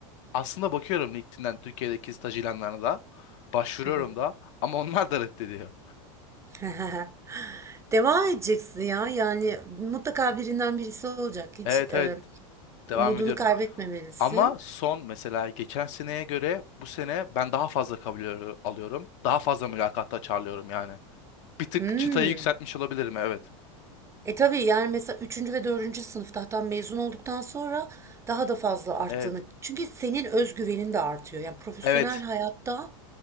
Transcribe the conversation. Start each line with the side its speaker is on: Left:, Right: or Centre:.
Left: Aslında bakıyorum LinkedIn'den Türkiye'deki staj ilanlarına da. Başvuruyorum
Right: Hı hı.
Left: da ama onlar da reddediyor.
Right: <laughs> Devam edeceksin ya. Yani mutlaka birinden birisi olacak. Hiç
Left: Evet
Right: e,
Left: evet
Right: umudunu
Left: devam ediyorum.
Right: kaybetmemelisin.
Left: Ama son mesela geçen seneye göre bu sene ben daha fazla kabul al- alıyorum. Daha fazla mülakatta çağrılıyorum yani. Bir tık
Right: Hmm.
Left: çıtayı yükseltmiş olabilirim evet.
Right: E tabii yani mesela üçüncü ve dördüncü sınıfta hatta mezun olduktan sonra daha da fazla arttığını.
Left: Evet.
Right: Çünkü senin özgüvenin de artıyor. Yani profesyonel
Left: Evet.
Right: hayatta,